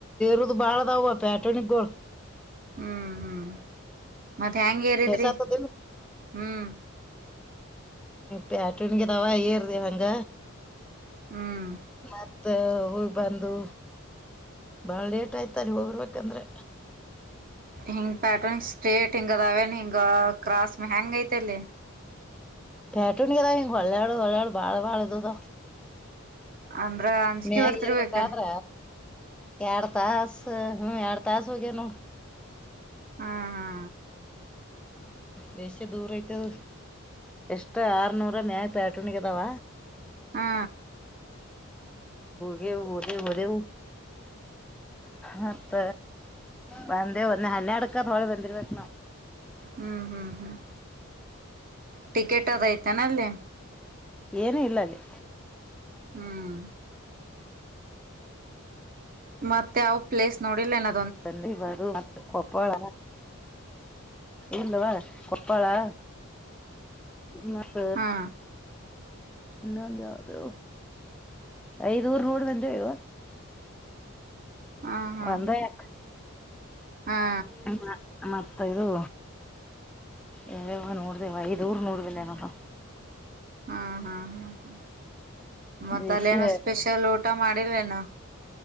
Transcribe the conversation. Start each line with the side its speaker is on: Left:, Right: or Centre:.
Centre: ರುದು ಬಾಳದವುುವ ಪ್ಯಾಟ ನಿಗ್ಗೋಳ
Right: ಹ್ಮ್ ಹ್ಮ್ ಮತ್ತೆ ಹೆಯಾಂಗಗೆೇರಿದ್ರಿ
Centre: ಕೆಸತದಿಲ್ಲ
Right: ಹ್ಮ್
Centre: ಪ್ಯಾಟನಿಗೆ ತಾವ ಐ್ಯರುದ ಹಂಗ
Right: ಹ್ಮ್
Centre: ಮತ್ತ ಹೋಗ್ ಬಂದು ಬಾಳ ಲೇಟ್ ಆಯ್ತರಿ ಹೋಗರ್ಬೇಕಂದ್ರೆ
Right: ಹಿಂಗ್ ಪ್ಯಾಟರ್ನ್ ಸ್ಟ್ರೇಟ್ ಹಿಂಗ ಅದೇನ್ ಹಿಂಗ ಕ್ರಾಸ್ ಹ್ಯಾಂಗ್ ಐತೆಲ್ಲಿ
Centre: ಬೇಟು ಕದ ಹೊೊಳ್ಳಳು ಹೊಳಳ ಬಾಳ ಬಳದುತ
Right: ಅಂದ್ರ ಅಂಜಿಕೆ
Centre: ಮ್ಯಾಗ
Right: ಬರ್ತಿರ್ಬೇಕ
Centre: ಇರ್ಬೇಕಾದ್ರ ಎಾರ ತಾಸ ಹ್ಮ್ ಎಾರ ತಾಸ ಹಗೆನು
Right: ಹ್ಮ ಹಾ
Centre: ಬೇಸ ದೂರ ಐತದ ಎಷ್ಟ ಆರ್ನೂರ ಮ್ಯಾಗ ಪ್ಯಾಟೂನ್ಗೆ ಅದಾವ
Right: ಹಾ
Centre: ಗೆ ಓದ ದ ಮತ್ತ ಬಂದೆ ಒಂದೆ ಹನ್ನೆ ಅಡ್ಕತ್ ಹೊಳಿ ಬಂದಿರಬೇಕ
Right: ಹ್ಮ್ ಹ್ಮ್ ಹ್ಮ್ ಟಿಕೆಟ್ ಅದ ಐತಾನ ಅಲ್ಲಿ
Centre: ಏನ ಇಲ್ಲ ಅಲ್ಲಿ
Right: ಹ್ಮ್ ಮತ್ತೆ ಯಾವ ಪ್ಲೇಸ್ ನೋಡಿಲ್ಲೇನ
Centre: ಬಂದಿವಾರು ಮತ್ತೆ ಕೊಪ್ಪಳ ಇಲ್ಲವಾ ಕೊಪ್ಪಳಾ ಮತ್ತ
Right: ಹಾ
Centre: ಇ ಯಾದ ಐದಊರು ನೋಡಿ ಬಂದೇವ ಅವ
Right: ಹಾ ಹಾ
Centre: ಒಂದಯ
Right: ಹಾ
Centre: ಹ ಮತ ಇದು ಯಾವವ ನೋಡ್ದೇವ ಐದೂರು ನೋಡ ಬಂದೇವ ನೋಡ
Right: ಹಾ ಹಾ ಹಾ ಹಾ ಮತ್ತೆ
Centre: ಬೇಸಿ
Right: ಅಲೆ ಏನ ಸ್ಪೆಷಲ್ ಊಟ ಮಾಡಿರಏನು